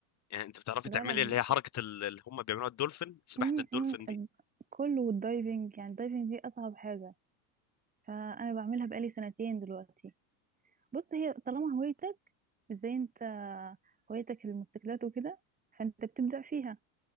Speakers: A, on the left (about 40°); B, on the right (about 20°).
A: يعني انت بتعرفي
B: لا
A: تعملي
B: لا ب-
A: اللي هي حركه ال- اللي هم بيعملوها الدولفين سباحه
B: م-
A: الدولفين
B: م-
A: دي
B: ال- كله والدايفنج يعني الدايفنج دي اصعب حاجة فانا بعملها بقالي سنتين دلوقتي بص هي طالما هوايتك زي انت هوايتك الموتوسيكلات وكده فانت بتبدع فيها